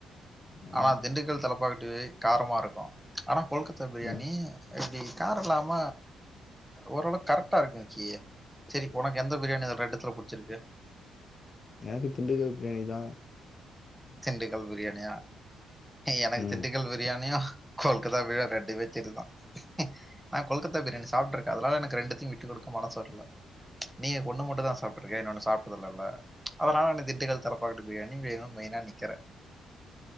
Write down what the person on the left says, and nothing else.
ம்
ம்
எனக்கு திண்டுக்கல் பிரியாணி தா
ம்